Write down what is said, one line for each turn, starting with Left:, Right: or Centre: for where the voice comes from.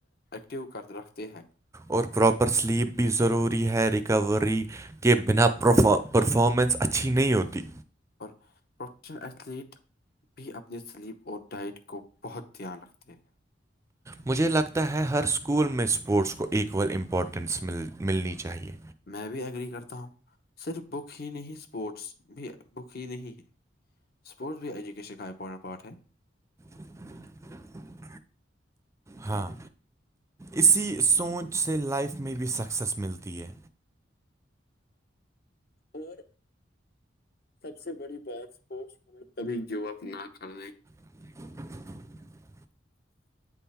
Left: ایکٹیو کر رکھتے ہیں <inaudible>
Right: اور پراپر سلیپ بھی ضروری ہے ریکوری کے بنا پرفار پرفارمنس اچھی نہیں ہوتی
Left: اور پروفیشنل ایتھلیٹ <inaudible> بھی اپنے سلیپ اور ڈائٹ کو بہت دھیان رکھتے ہیں
Right: مجھے لگتا ہے ہر اسکول میں اسپورٹس کو ایکول امپورٹینس مل ملنی چاہیے
Left: میں بھی ایگری کرتا ہوں صرف بک ہی نہیں اسپورٹس بھی بک ہی نہیں ہے اسپورٹس بھی ایجوکیشن کا امپٹ پارٹ ہے
Right: <inaudible> ہاں اسی سوچ سے لائف میں بھی سکسیس ملتی ہے
Left: اور سب سے بڑی بات اسپورٹس کبھی جو اپنا کلنے
Right: <inaudible>